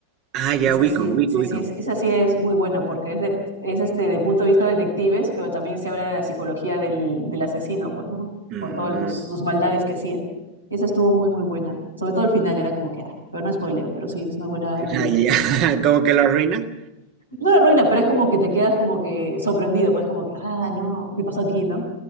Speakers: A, on the right; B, on the right.
A: Ah, ya
B: Esa
A: ubico,
B: sí,
A: ubico,
B: sí,
A: ubico.
B: sí, es- esa sí es muy buena porque es, de, es este, de punto de vista de detectives, pero también se habla de la psicología del, del asesino, pues, ¿no?
A: Mm,
B: Por todas los- sus maldades que hacía. Y esa estuvo muy, muy buena. Sobre todo el final era como que, ah, pero no spoileo, pero sí, es una buena película.
A: ya, ya, ya. <laughs> Como que lo arruina.
B: No la arruina, pero es como que te quedas como que sorprendido, pues como que, ah, no, ¿qué pasó aquí, no?